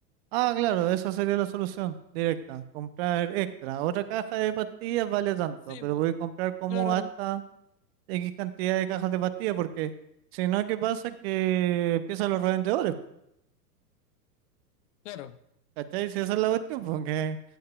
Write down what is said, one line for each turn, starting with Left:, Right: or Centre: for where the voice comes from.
Right: Ah, claro, esa sería la solución directa, comprar extra. Otra caja de pastillas vale tanto,
Left: Sí,
Right: pero
Left: po,
Right: voy a comprar como
Left: claro,
Right: hasta X cantidad de cajas de pastillas, porque si no, ¿qué pasa? Que empiezan los revendedores,
Left: claro.
Right: ¿cachai? Si esa es la cuestión, porque